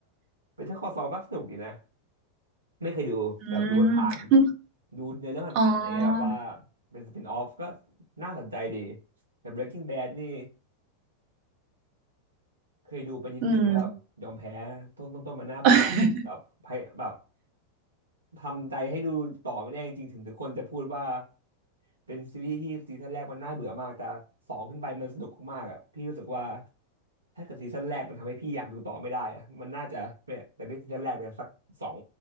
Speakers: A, on the right; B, on the right.
A: Better Call Saul ก็สนุกดีนะไม่เคยดูแบบดูผ่านๆดูเนื้อเรื่องผ่านๆอะไรเงี้ยแบบว่า
B: <laughs> อือมอ๋อ
A: เป็นสปินออฟก็น่าสนใจดีแต่ Breaking Bad นี่เคยดูไปนิดนึงแล้วแบบยอมแพ้ต้นต้นต้นมันน่าเบื่อแบบพยแบบ
B: อืม <laughs>
A: ทำใจให้ดูต่อไม่ได้จริงๆถึงทุกคนจะพูดว่าเป็นซีรีส์ที่ซีซั่นแรกมันน่าเบื่อมากแต่สองขึ้นไปมันสนุกมากๆอ่ะพี่รู้สึกว่าถ้าเกิดซีซั่นแรกมันทำให้พี่อยากดูต่อไม่ได้อะมันน่าจะเนี่ยแต่ด้วยซีซั่นแรกเนี่ยสักสอง